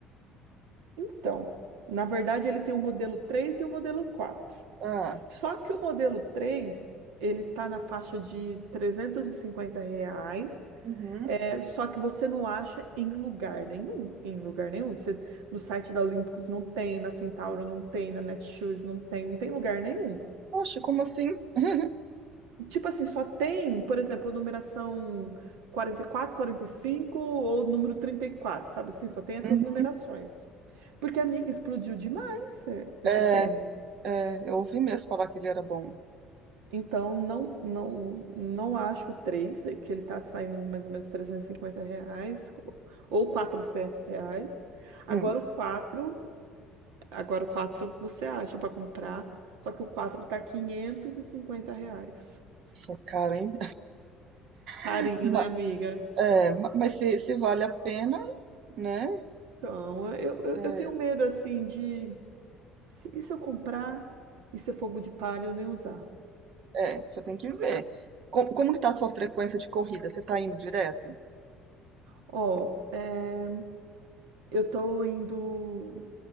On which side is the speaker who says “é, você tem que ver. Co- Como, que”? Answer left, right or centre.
Right